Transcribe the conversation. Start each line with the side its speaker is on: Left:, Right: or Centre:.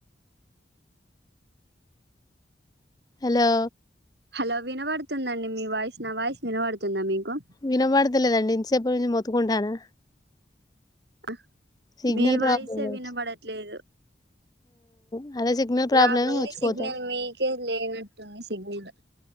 Left: hello
Right: hello వినబడుతుందండి మీ వాయిస్ నా వాయిస్ వినబడుతుందా మీకు
Left: వినబడతలేదండి ఇంతసేపట్నుంచి మొత్తుకుంటానా
Right: ఆ
Left: సిగ్నల్
Right: మీ వాయిసే
Left: ప్రాబ్లం కావచ్చు
Right: వినబడట్లేదు
Left: ఆ అదే సిగ్నల్ ప్రాబ్లమే
Right: నాకుంది
Left: వచ్చిపోతాం
Right: సిగ్నల్ మీకే లేనట్టుంది సిగ్నల్